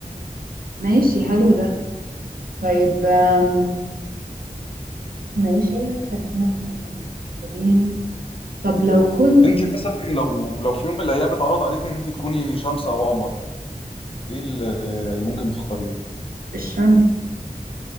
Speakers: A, on the right; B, on the left.
A: ماشي حلو ده طيب آم، ماشي اتكلمنا في موضوع الممثلين طب لو كنت
B: انت مثلا لو لو في يوم من الايام اتعرض عليك ان انت تكوني شمس او قمر ايه اللي اللي ممكن تختاريه؟
A: الشمس